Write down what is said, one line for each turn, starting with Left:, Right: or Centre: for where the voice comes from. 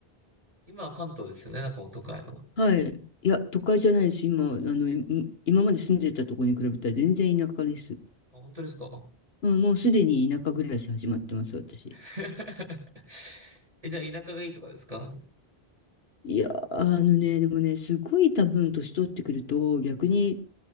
Right: 今は関東ですよね、なんかもう都会の。
Left: はい。いや、都会じゃないです。今、あの、い今まで住んでたところに比べたら全然田舎です。
Right: あ、本当ですか
Left: うん、もうすでに田舎暮らし始まってます、私。
Right: <laughs> え、
Left: うん、
Right: じゃあ田舎がいいとかですかはい。
Left: いやあのね、でもね、すごい多分年取ってくると、逆に